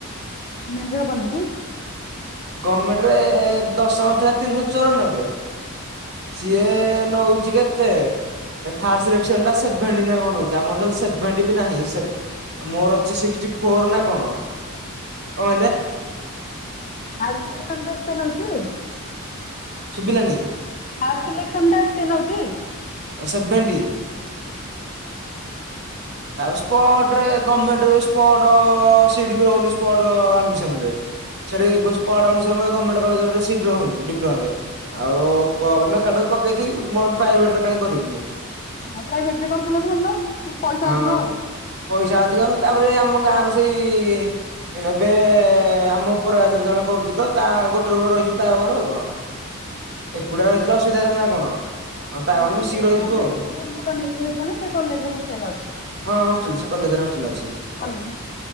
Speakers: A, on the left; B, on the right.
A: ଗମେଣ୍ଟ ରେ ହବନି କି?
B: ଗର୍ମେଣ୍ଟରେ ଏ ଏ ଦଶମରେ ଥିଲା ତିନି ଶହ ଚଉରାନବେ ସିଏ ନଉଛି କେତେ? ଥାର୍ଡ ସିଲେକ୍ସନ ଟା ସେଭେଣ୍ଟି ନା କଣ ହଉଛି ଆମ ସେଭଣ୍ଟି ବି ନାହିଁ। ଆ ମୋର ଅଛି ସିକ୍ସଟି ଫୋର ନା କଣ। କଣ କହିଲେ?
A: ଥାର୍ଡ ସିଲେକ୍ସନ ଏତେ ନଉଛି।
B: ସୁଭିଲାନି।
A: ଥାର୍ଡ଼ ସିଲେକ୍ସନ ଟା ଏତେ ନଉଛି?
B: ସେଭେଣ୍ଟି।
A: ଓହୋ।
B: ତାପରେ ସ୍ପଟରେ ଗମେଣ୍ଟ ସ୍ପଟ ସିଟ ବି ରହୁନି ସ୍ପଟ ଆଡ଼ମିସନରେ। ସେଠି ସ୍ପଟହଉନି ଗମେଣ୍ଟ କଲେଜ ରେ ସିଟ ରହଉନି ଡିପ୍ଲୋମାରେ। ଆଉ କହିବି ମୁଁ କାଡକୁ ପକେଇି ପ୍ରାଇଭେଟ ରେ କାହିଁ କରିବିନି।
A: ହ ପ୍ରାଇଭେଟ ରେ କରିଦେଲେ ଭଲ। ପଇସା
B: ହଁ
A: ଅଧିକ ଆଉ।
B: ପଇସା ଅଧିକ ଗଲେ ତାପରେ ଆମ ଗାଁ ର ସେଇ ଏବେ ଆମ ଉପର ବିୟାଚ ରେ ଜଣେ କରୁଛି ତ ତା ଗୋଟେ ରୂରେ ରହିଛିିବ ତ ଆମର ଆଉ କଣ। ଏକୁଟିଆ ରହିଥିଲେ ଅସୁବିଧା ଥିଲା ନା କଣ। ହଁ ତା
A: ମ
B: ଗୋଟେ
A: ହଷ୍ଟେଲ
B: ମିଶିକି ରହିଯିବୁ
A: ପ୍ରାଇଭେଟ
B: ଆଉ
A: ରୁମ ନେଇକି ରହିିବ ନା ସେ କଲେଜ ରେ ହଷ୍ଟେଲ ଅଛି?
B: ହଁ ହଷ୍ଟେଲ ସେ କଲେଜର ହଷ୍ଟେଲ ଅଛି।
A: କଲେଜ